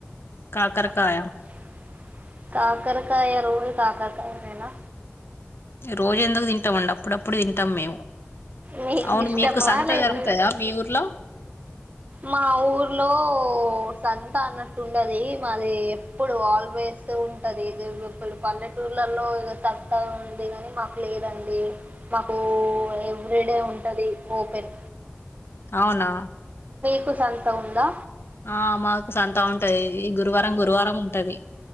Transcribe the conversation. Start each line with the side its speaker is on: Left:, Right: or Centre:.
Left: కాకరకాయ
Right: <inaudible> కాకరకాయ రోజు కాకరకాయేనా
Left: రోజు ఎందుకు తింటాం అండి అప్పుడప్పుడు తింటాం మేము
Right: మీకు
Left: అవును
Right: ఇష్టమా
Left: సంత
Right: లేదా
Left: జరుగుతదా మీ ఊర్లో
Right: మా ఊర్లో సంత అన్నట్టు ఉండది మాది ఎప్పుడు ఆల్వేస్ వేస్తూ ఉంటది ఇప్పుడు పల్లెటూరులో లో సంత ఉంది కాని మాకు లేదండి మాకు ఎవ్రీడే ఉంటుంది ఓపెన్
Left: అవునా
Right: మీకు సంత ఉందా
Left: ఆ మాకు సంతా ఉంటది ఈ గురువారం గురువారం ఉంటది